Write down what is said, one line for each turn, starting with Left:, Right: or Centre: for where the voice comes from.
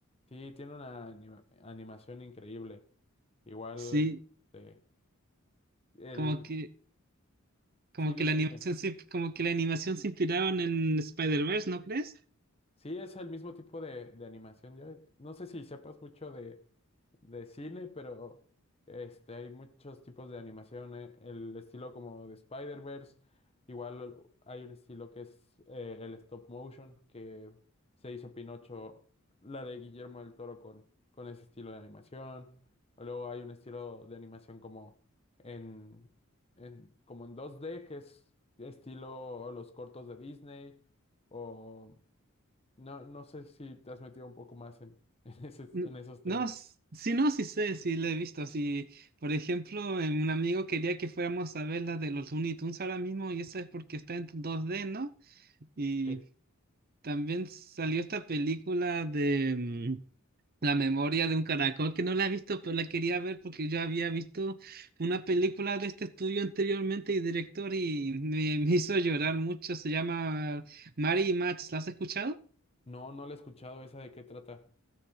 Left: Sí, tiene una anima- animación increíble. Igual,
Right: Sí,
Left: este, el,
Right: como que, como
Left: sí, dime,
Right: que la animación
Left: dime.
Right: se, como que la animación se inspiraron en Spider-Verse, ¿no crees?
Left: Sí, es el mismo tipo de, de animación. ya- no sé si sepas mucho de, de cine, pero este, hay muchos tipos de animación. eh, El estilo como de Spider-Verse, igual hay un estilo que es eh, el stop motion, que se hizo Pinocho, la de Guillermo del Toro con, con ese estilo de animación. O Luego hay un estilo de animación como en, en, como en 2D, que es estilo los cortos de Disney, o no, no sé si te has metido un poco más en, <laughs> en, ese-
Right: N-
Left: en esos temas.
Right: No, s- sí, no, sí sé, sí la he visto. Sí, por ejemplo, eh, un amigo quería que fuéramos a ver la de los Looney Tunes ahora mismo, y esa es porque está en dos d ¿no? Y
Left: Sí.
Right: también salió esta película de mm, La memoria de un caracol que no la he visto, pero la quería ver porque yo había visto una película de este estudio anteriormente y director y me, me hizo llorar mucho. Se llama Mary y Max. ¿La has escuchado?
Left: No, no la he escuchado. ¿Esa de qué trata?